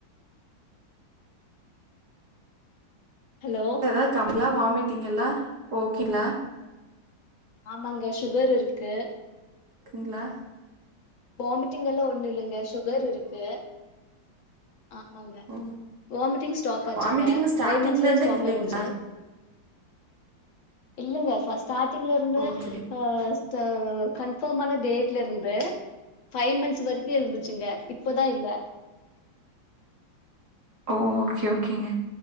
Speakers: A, on the left; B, on the right.
A: ஹலோ
B: ஏதாவது கம்லா வாமிட்டிங்லா ஓகல
A: ஆமாங்க சுகர் இருக்கு
B: ங்களா
A: வாமிட்டிங் எல்லாம் ஒன்னு இல்லங்க சுகர் இருக்கு ஆமாங்க
B: ஓ
A: வாமிட்டிங் ஸ்டாப் ஆச்சுங்க
B: வாமிட்டிங்னு ஸ்டார்டிங்ல
A: ஃபைவ் மந்த்ஸ்லயே
B: இந்தே
A: ஸ்டாப்
B: இல்லைங்களா
A: ஆயிடுச்சு இல்லங்க ஃபா ஸ்டார்டிங்ல இருந்து
B: ஓகே
A: ஆ தா கன்ஃபார்ம் ஆன டேட்லருந்து ஃபைவ் மந்த்ஸ் வரைக்கும் இருந்துச்சுங்க இப்பதா இல்ல
B: ஓ ஓகே ஓகேங்க